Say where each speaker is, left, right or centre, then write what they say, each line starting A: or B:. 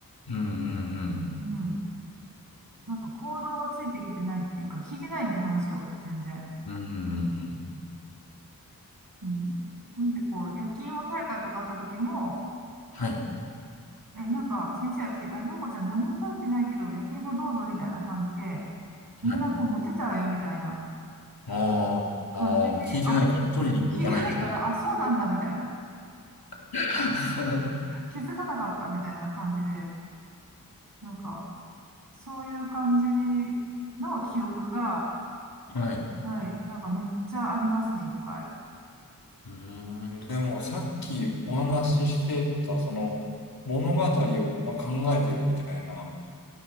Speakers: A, on the left (about 80°); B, on the right (about 70°).
A: うんうん
B: うん。なんか行動がついてきてないっていうか、聞いてないんで話を、全然。
A: うん。うんうんうん。
B: うん。なんでこう、焼き芋大会とかあった時も、
A: はい。
B: え、なんか先生が来て、あ、ようこちゃん何も食べてないけど、焼き芋どうぞみたいな感じで、みんなもう持ってたわよみたいな
A: はい。あーあー、
B: 感じで、
A: 聞いてないから取りにも行かないんですね。
B: あ、聞いてないから、あ、そうなんだみたいな、
A: <laughs>
B: 気づかなかったみたいな感じで、なんか、そういう感じの記憶が、
A: はい。
B: はい、なんかめっちゃありますね、いっぱい。
A: うーん、でもさっきお話ししてた、その物語を、まあ、考えてるみたいな